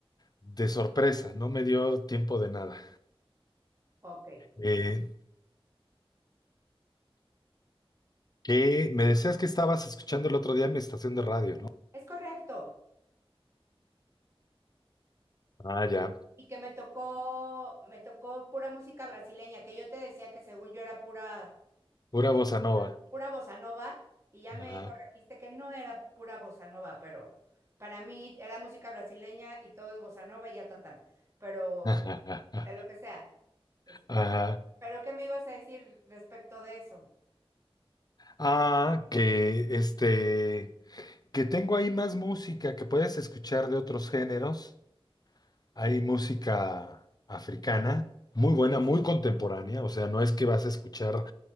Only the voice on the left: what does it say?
De sorpresa, no me dio tiempo de nada.
Eh, ¿qué? Me decías que estabas escuchando el otro día en mi estación de radio, ¿no?
Ah, ya.
Pura
bossa nova.
Ajá.
<laughs>
Ajá.
Ah, que este, que tengo ahí más música que puedes escuchar de otros géneros. Hay música africana, muy buena, muy contemporánea. O sea, no es que vas a escuchar